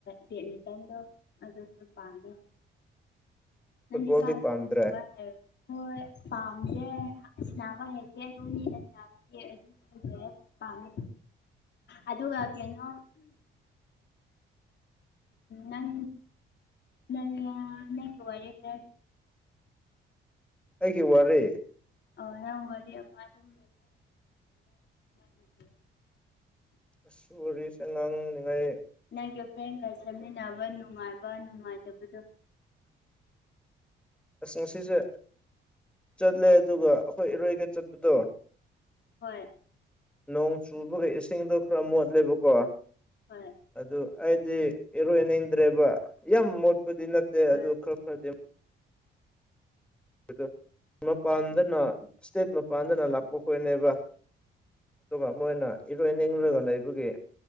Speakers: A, on the left (about 60°); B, in the centre.
A: ꯕꯦꯠꯃꯤꯟꯇꯟꯗꯣ ꯑꯗꯨꯁꯨ ꯄꯥꯝꯃꯦ
B: <inaudible>
A: <unintelligible>
B: ꯄꯥꯝꯗ꯭ꯔꯦ
A: ꯍꯣꯏ ꯄꯥꯝꯗꯦ ꯁꯥꯅꯕ ꯍꯩꯇꯦ ꯑꯗꯨꯝ ꯃꯤꯅ ꯁꯥꯅꯕ ꯄꯥꯝꯃꯤ ꯑꯗꯨꯒ ꯀꯩꯅꯣ ꯅꯪ ꯅꯪ ꯅꯪ ꯂꯣꯏꯔꯦꯍꯦ
B: ꯑꯩꯒꯤ ꯋꯥꯔꯤ
A: ꯑꯥ ꯅꯪ ꯋꯥꯔꯤ ꯑꯃ ꯑꯗꯨꯝ ꯂꯤꯕꯤꯌꯣ
B: ꯑꯁ ꯋꯥꯔꯤꯁꯦ ꯉꯥꯡꯂꯤꯉꯥꯏ
A: ꯅꯪꯒꯤ ꯐ꯭ꯔꯦꯟꯒ ꯁꯦꯝꯃꯤꯟꯅꯕ ꯅꯨꯡꯉꯥꯏꯕ ꯅꯨꯡꯉꯥꯏꯇꯕꯗꯣ
B: ꯑꯁ ꯉꯁꯤꯁꯦ ꯆꯠꯂꯦ ꯑꯗꯨꯒ ꯑꯩꯈꯣꯏ ꯏꯔꯣꯏꯒ ꯆꯠꯄꯗꯣ
A: ꯍꯣꯏ
B: ꯅꯣꯡ ꯆꯨꯕꯒ ꯏꯁꯤꯡꯗꯣ ꯈꯔ ꯃꯣꯠꯂꯦꯕꯀꯣ
A: ꯍꯣꯏ
B: ꯑꯗꯨ ꯑꯩꯗꯤ ꯏꯔꯣꯏꯅꯤꯡꯗ꯭ꯔꯦꯕ ꯌꯥꯝ ꯃꯣꯠꯄꯗꯤ ꯅꯠꯇꯦ
A: ꯍꯣꯏ
B: ꯑꯗꯨ ꯈꯔ ꯈꯔ ꯑꯗꯨ ꯃꯄꯥꯟꯗꯅ ꯏꯁꯇꯦꯠ ꯃꯄꯥꯟꯗꯅ ꯂꯥꯛꯄ ꯈꯣꯏꯅꯦꯕ ꯑꯗꯨꯒ ꯃꯣꯏꯅ ꯏꯔꯣꯏꯅꯤꯡꯂꯒ ꯂꯩꯕꯒꯤ